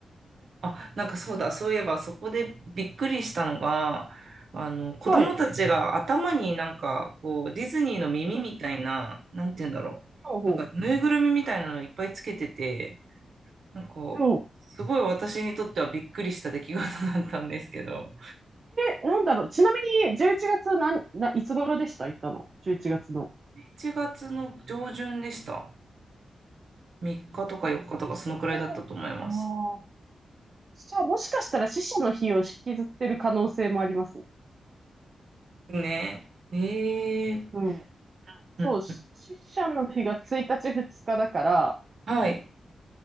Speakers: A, on the right; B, on the right.
A: あ、なんかそうだ、そういえばそこでびっくりしたのが、あの、子供たちが頭になんか、
B: はい。
A: こう、ディズニーの耳みたいな、
B: うん、
A: なんて言うんだろう。
B: ほうほ
A: なんか、ぬいぐるみみたいなのいっぱいつけてて、なんか、
B: う。そ
A: すごい私にとってはびっくりした出来事だったんですけど、
B: う。え、なんだろう。ちなみに、11月何、な、いつ頃でした行ったの ?11 月の。
A: 7月の上旬でした。3日とか4日とかそのくらいだったと思います。
B: もしかしたら、ああ、じゃあもしかしたら死者の日を引きずってる可能性もあります。
A: ね。ええー
B: うん。そう、
A: うん。
B: し死者の日が1日、2日だから、
A: はい。